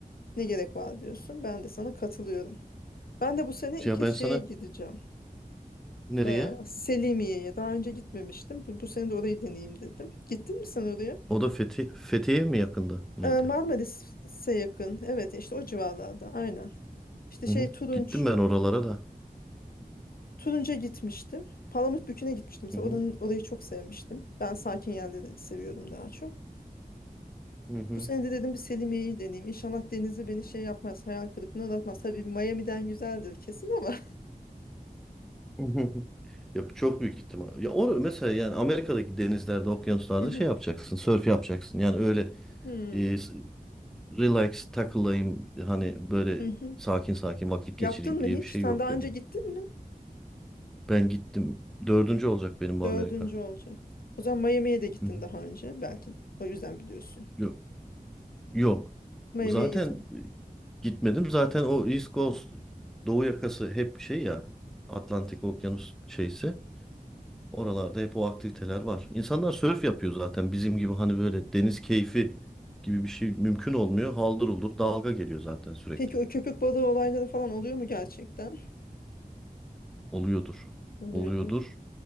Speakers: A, on the left (about 70°); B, in the centre.
A: ne gerek var diyorsun. Ben de sana katılıyorum. Ben de bu sene
B: Ya
A: ilk kez
B: ben
A: şeye
B: sana
A: gideceğim.
B: nereye?
A: Ee, Selimiye'ye. Daha önce gitmemiştim. Bu, bu sene de orayı deneyeyim dedim. Gittin mi sen oraya?
B: O da Fethi, Fethiye mi yakında? Neydi?
A: Ee, Marmaris'e yakın. Evet işte o civarlarda aynen. İşte
B: Hı
A: şey
B: hı.
A: Turunç,
B: Gittim ben oralara da.
A: Turunç'a gitmiştim. Palamutbükü'ne gitmiştim. Mesela
B: Hı hı.
A: oranın, orayı çok sevmiştim. Ben sakin yerleri seviyorum daha çok.
B: Hı hı.
A: Bu sene de dedim bir Selimiye'yi deneyeyim. İnşallah denizi beni şey yapmaz, hayal kırıklığına uğratmaz. Tabii Miami'den güzeldir kesin ama.
B: <laughs> Ya çok büyük ihtimal. Ya or mesela yani Amerika'daki denizlerde, okyanuslarda
A: <laughs> Hı hı.
B: şey yapacaksın, sörf yapacaksın. Yani öyle
A: Hmm.
B: e, s- relax takılayım hani böyle
A: Hı hı.
B: sakin sakin vakit geçireyim
A: Yaptın mı
B: diye
A: hiç?
B: bir şey
A: Sen
B: yok
A: daha
B: yani.
A: önce gittin mi?
B: Ben gittim. Dördüncü olacak benim bu
A: Dördüncü
B: Amerika.
A: olacak. O zaman Miami'ye de gittin
B: Hı hı.
A: daha önce belki de. O yüzden biliyorsun.
B: Yok. Yok.
A: Miami'ye
B: Zaten
A: gitme.
B: e, gitmedim. Zaten o East Coast Doğu yakası hep şey ya Atlantik Okyanus şeysi. Oralarda hep o aktiviteler var. İnsanlar sörf yapıyor zaten. Bizim gibi hani böyle deniz keyfi gibi bir şey mümkün olmuyor. Haldır uldur dalga geliyor zaten sürekli.
A: Peki o köpük balığı olayları falan oluyor mu gerçekten?
B: Oluyordur.
A: Oluyordu.
B: Oluyordur.